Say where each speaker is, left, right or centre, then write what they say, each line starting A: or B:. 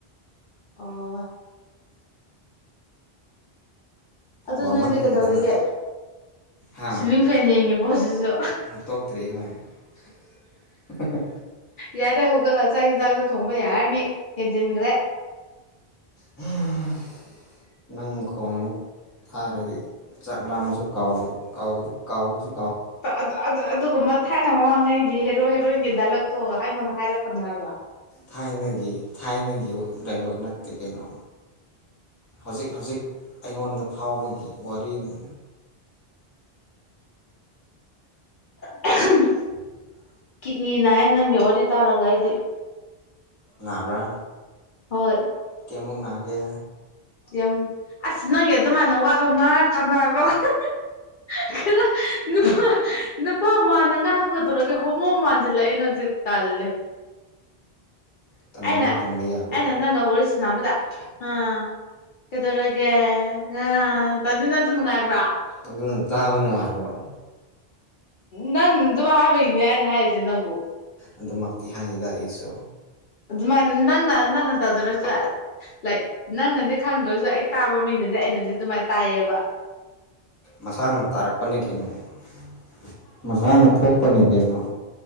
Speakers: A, on the left; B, on the left.
A: ꯑꯣ ꯑꯗ‌ꯣ
B: ꯋꯥꯃꯟꯗꯅ
A: ꯅꯪꯏꯗꯤ ꯀꯩꯗꯧꯔꯤꯒꯦ
B: ꯍꯥ
A: ꯁꯤꯂꯤꯡ ꯐꯦꯟ ꯌꯦꯡꯉꯤꯕꯣ ꯍꯧꯖꯤꯛꯁꯨ
B: ꯇꯣꯛꯇ꯭ꯔꯤ ꯍꯣꯏ <unintelligible>
A: ꯌꯥꯔꯦ ꯍꯧꯒꯠꯂ‌ꯣ ꯆꯥꯛ ꯌꯦꯟꯖꯥꯡꯗ‌ꯣ ꯊꯣꯡꯕ ꯌꯥꯔꯅꯤ ꯍꯦꯟꯖꯤꯟꯒ꯭ꯔꯦ
B: ꯍꯝ ꯅꯪ ꯈꯣꯟ ꯑꯃꯨꯛ ꯊꯥꯔꯗꯤ ꯆꯥꯛ ꯂꯥꯝꯃꯁꯨ ꯀꯥꯎ ꯀꯥꯎꯕꯗꯨ ꯀꯥꯎꯕꯁꯨ
A: ꯇꯥ ꯑꯗ ꯑꯗ ꯑꯗ ꯑꯗꯨꯒꯨꯝꯕ ꯊꯥꯏꯅ ꯃꯃꯥꯡꯉꯩꯒꯤ ꯍꯦꯔꯣ ꯍꯦꯔꯣꯏꯟꯒꯤ ꯗꯂꯛꯇꯣ ꯑꯩꯉꯣꯟꯗ ꯍꯥꯏꯔꯛꯀꯅꯣ ꯍꯥꯏꯕ
B: ꯊꯥꯏꯅꯒꯤ ꯊꯥꯏꯅꯒꯤ ꯗꯥꯏꯂꯣꯛ ꯅꯠꯇꯦ ꯀꯩꯅꯣ ꯍꯧꯖꯤꯛ ꯍꯧꯖꯤꯛ ꯑꯩꯉꯣꯟꯗ ꯐꯥꯎꯕꯒꯤ ꯋꯥꯔꯤꯅꯤ
A: ꯑꯥꯍ
B: <inaudible>
A: ꯀꯤꯠꯅꯤꯅꯥꯌꯦ ꯅꯪꯒꯤ ꯋꯥꯔꯤ ꯇꯥꯔꯒ ꯑꯩꯗꯤ
B: ꯅꯕ꯭ꯔꯥ
A: ꯍꯣꯏ
B: ꯀꯩꯃꯨꯛ ꯅꯥꯒꯦ
A: ꯌꯥꯝ ꯑꯁ ꯅꯪꯒꯤ ꯑꯗꯨꯃꯥꯏꯅ ꯋꯥꯔꯧ ꯉꯡ ꯀꯅꯥꯕ <inaudible> ꯈꯔ ꯅꯨꯄꯥ ꯅꯨꯄꯥ ꯃꯟꯅ ꯉꯥꯡꯉꯣ ꯀꯩꯗꯦꯔꯒꯦ ꯍꯣꯃꯣ ꯃꯥꯟꯁꯤꯜꯂꯛꯑꯦ ꯅꯪꯁꯦ ꯇꯜꯂꯦ
B: ꯇꯟꯒꯅꯨ
A: ꯑꯩꯅ
B: ꯇꯟꯕ ꯌꯥꯕ꯭ꯔꯣ
A: ꯑꯩꯅ ꯅꯪ ꯋꯥꯔꯤ ꯁꯥꯟꯅꯕꯗ ꯑꯥ ꯀꯩꯗꯧꯔꯒꯦ ꯑ ꯇꯗꯤ ꯅꯪꯁꯨ ꯅꯨꯡꯉꯥꯏꯕ꯭ꯔꯣ
B: ꯑꯗꯨꯅ ꯇꯥꯕ ꯅꯨꯡꯉꯥꯏꯕ꯭ꯔꯣ
A: ꯅꯪ ꯑꯗꯨꯝ ꯍꯥꯏꯕꯒꯤꯅꯦ ꯑꯩꯅ ꯍꯥꯏꯔꯤꯁꯦ ꯅꯪꯕꯨ
B: ꯑꯗꯨꯃꯛꯇꯤ ꯍꯥꯏꯗꯦꯗ ꯑꯩꯁꯨ
A: ꯑꯗꯨꯃꯥꯏꯅ ꯅꯪꯅ ꯅꯪꯅ ꯇꯧꯗ꯭ꯔꯁꯨ ꯌꯥ ꯂꯥꯏꯛ ꯅꯪꯅꯗꯤ ꯈꯪꯗ꯭ꯔꯁꯨ ꯑꯩ ꯇꯥꯕ ꯃꯤꯅꯗꯤ ꯑꯩꯅꯗꯤ ꯑꯗꯨꯃꯥꯏꯅ ꯇꯥꯏꯌꯦꯕ
B: ꯃꯁꯥꯅ ꯇꯥꯔꯛꯄꯅꯦ ꯀꯩꯅꯣ <inaudible> ꯃꯁꯥꯅ ꯊꯣꯛꯄꯅꯦ ꯀꯩꯅꯣ